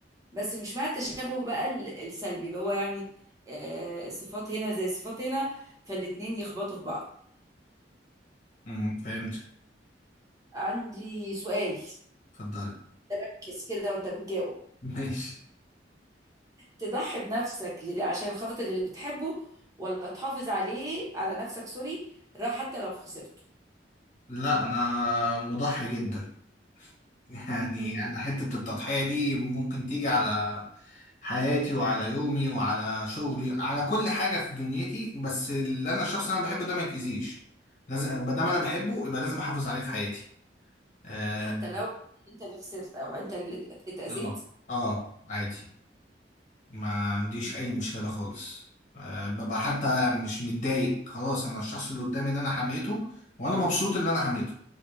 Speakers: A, on the right (about 20°); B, on the left (about 45°).
A: بس مش مع التشابه بقى ال- السلبي اللي هو يعني آه، صفات هنا زي صفات هنا فالاتنين يخبطوا في بعض
B: مم. فهمت
A: عندي سؤال
B: اتفضلي
A: تركز كده وانت بتجاوب
B: ماشي
A: تضحي بنفسك ل- عشان خاطر اللي بتحبه ولا تحافظ عليه على نفسك سوري راح حتى لو خسرته
B: لا انا مضحي جدا يعني
A: مم.
B: انا حتة التضحية دي ممكن تيجي على حياتي وعلى يومي وعلى شغلي على كل حاجة في دنيتي بس اللي انا الشخص اللي انا بحبه ده ما يتأذيش لازم ما دام انا بحبه يبقى لازم احافظ عليه في حياتي اه
A: حتى لو انت اللي خسرت او انت اللي اتأذيت
B: اه آه، عادي ما عنديش
A: <laughs>
B: اي مشكلة خالص آه ببقى حتى مش متضايق خلاص انا الشخص اللي قدامي ده انا حميته وانا مبسوط اللي انا حميته